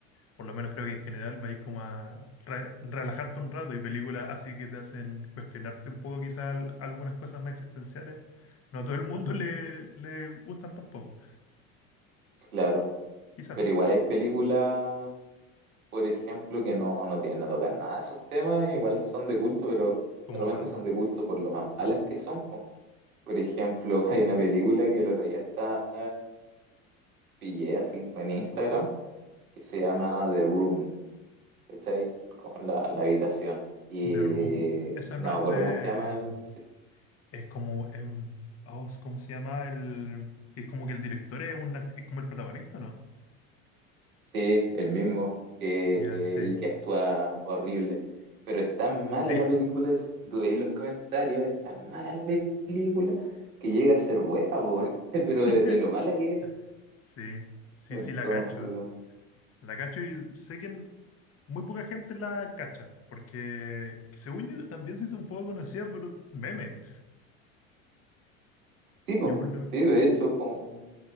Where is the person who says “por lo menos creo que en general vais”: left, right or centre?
Left